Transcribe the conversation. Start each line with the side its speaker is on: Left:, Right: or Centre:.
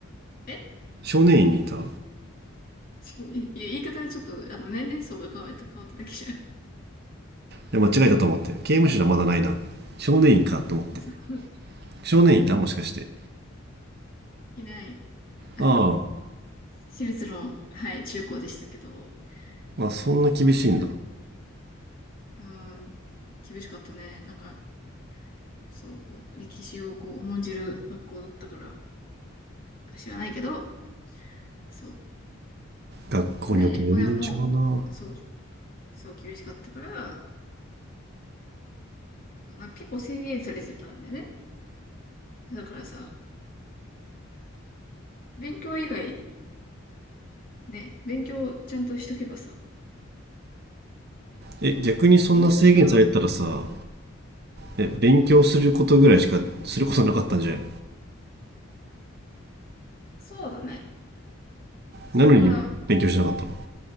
Left: え
Right: 少年院にいたい
Left: ち <laughs> いや言い方はちょっと、あの、年齢層が変わった、変わっただけじゃん、
Right: や、間違えたと思って。刑務所じゃまだないな。少年院かと思って。
Left: <laughs>
Right: 少年院いたもしかして。
Left: いない、あの、
Right: ああ、
Left: 私立の、はい、中高でしたけど、
Right: あ、そんな厳しいんだ。
Left: そうなんか、うーん、厳しかったね。なんか、そう、歴史をこう、重んじる学校だったから、か知らないけど、そ
Right: 学校によって全然違うな。
Left: う。で、親も、そう、そう厳しかったから、なんか結構制限されてたんでね。だからさ、勉強以外、ね、勉強ちゃんとしとけばさ、
Right: え、逆にそんな制限されたらさ、
Left: 勉強しかなかったわけ。うん。
Right: え、勉強することぐらいしかすることなかったんじゃない
Left: そうだね。それか、
Right: なのに勉強しなかったの